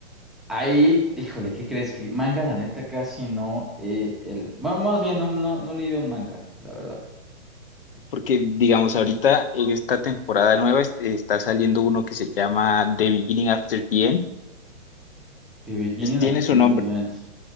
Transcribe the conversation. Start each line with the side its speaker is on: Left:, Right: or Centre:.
Centre: Ahí, híjole, ¿qué crees? Que manga, la neta, casi no. eh, el... Bueno, más bien, no, no, no he leído un manga, la verdad.
Left: Porque, digamos, ahorita en esta temporada nueva es- está saliendo uno que se llama The Beginning After the End.
Centre: The Beginning
Left: Pues tiene
Centre: of Till
Left: su nombre,
Centre: the End.